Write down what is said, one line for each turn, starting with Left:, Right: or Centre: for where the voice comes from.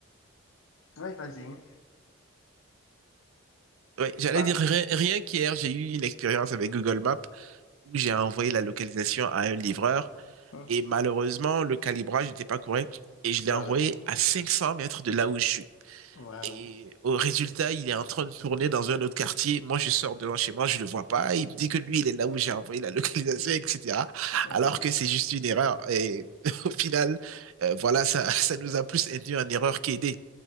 Left: Ouais, vas-y. hein.
Right: oui,
Left: Tu
Right: j'allais
Left: pars.
Right: dire rien, rien qu'hier, j'ai eu une expérience avec Google Maps où j'ai envoyé la localisation à un livreur
Left: Mhm.
Right: et malheureusement, le calibrage n'était pas correct et je
Left: Voilà.
Right: l'ai envoyé à 500 mètres de là où je suis.
Left: Voilà.
Right: Et au résultat, il est en train de tourner dans un autre quartier. Moi, je sors devant chez moi, je ne le vois pas. Il me dit que lui, il est là où j'ai envoyé la localisation, etc.
Left: Voilà.
Right: Alors que c'est juste une erreur. Et <laughs> au final, euh, voilà, ça, ça nous a plus induit en erreur qu'aidé.